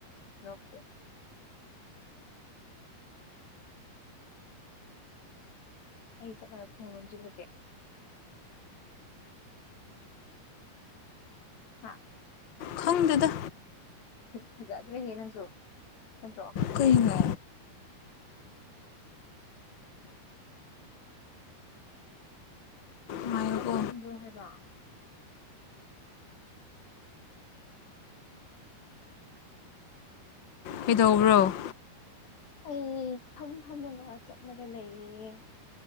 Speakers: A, on the left; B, on the left.
A: ꯑꯣꯀꯦ ꯑꯩ ꯆꯠꯂꯒ ꯊꯨꯡ ꯂꯣꯟꯁꯤꯜꯂꯨꯀꯦ ꯍꯥꯥ
B: ꯈꯪꯗꯦꯗ
A: ꯐꯖꯗ꯭ꯔꯦꯍꯦ ꯅꯪꯁꯨ ꯅꯠꯇ꯭ꯔꯣ
B: ꯀꯩꯅꯣ
A: ꯀꯌꯥꯃꯨꯛ
B: ꯉꯥꯏꯌꯣꯀꯣ
A: ꯀꯟꯕ꯭ꯔꯣ ꯍꯥꯏꯕ
B: ꯄꯤꯗꯣꯛ꯭ꯔꯣ
A: ꯑꯩ ꯐꯝ ꯊꯝꯃꯒ ꯆꯠꯂꯒ ꯂꯩꯌꯦ